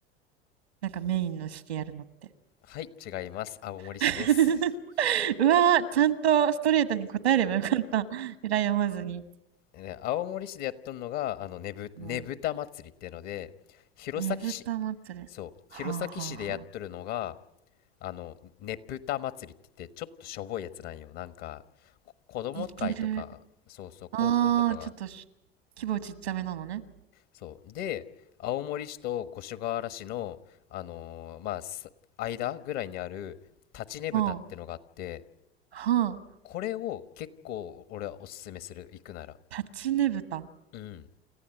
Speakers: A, on the right; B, on the left.
A: なんかメインの市でやるのって。
B: はい、違います。青森市です。
A: <laughs> うわー、ちゃんとストレートに答えればよかった。<laughs> 羨まずに。
B: ね、青森市でやっとんのが、あの、ねぶ、
A: うん。
B: ねぶた祭りってので、弘前市、
A: ねぶた祭り。
B: そう、
A: はあはあはあ。
B: 弘前市でやっとるのが、あの、ねぷた祭りって言って、ちょっとしょぼいやつなんよ。なんか、こ子供会とか、
A: 似てる。
B: そうそう、
A: あー、
B: 高校とかが、
A: ちょっとし規模ちっちゃめなのね。
B: そうで青森市と五所川原市の、あのーまあす間ぐらいにある立ちねぶたってのがあって
A: はあ、はあ。
B: これを結構俺はおすすめする行くなら
A: 立ちねぶた。
B: うん